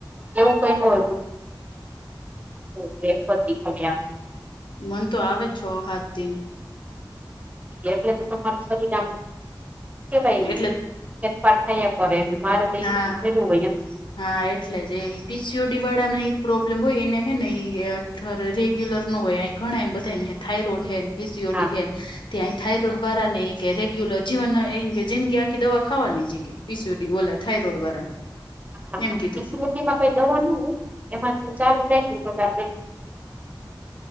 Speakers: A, on the right; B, on the left.
A: એવું કાંઈ ન હોય મને <inaudible>
B: મન તો આવે જ છ હાત દી.
A: એટલે તો તમારું શરીર આમ હું કેવાય
B: એટલે
A: એક પાત્ર એ પડે એમ. મારે તો
B: હા
A: ઈ ની ભર્યું હોય એમ
B: હા એટલે જ એઈ પીસીઓડી વાળામાં ઈ પ્રોબ્લેમ હોય એને હેને ઈ અ ધર રેગ્યુલર ન હોય આઈ ઘણાને બધા ને થાયરોઈડ હેન પીસીઓડી
A: હા
B: હેન ત્યાં થાઈરોઈડ બારાને ઈ કે રેગ્યુલર જીવન એન કે જીંદગી આખી દવા ખાવાની જ ઈ કે પીસીઓડી ઓલા થાઇરોડ વારાને
A: હા
B: એમ કીધું.
A: પીસીઓડીમાં કાંઈ દવા ન હોય એમાંથી ચાલ જાય ને તો ચાર